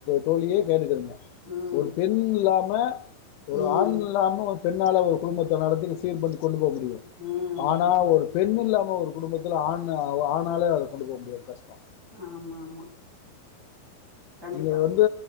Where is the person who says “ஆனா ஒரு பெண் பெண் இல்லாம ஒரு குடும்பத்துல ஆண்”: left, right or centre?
Left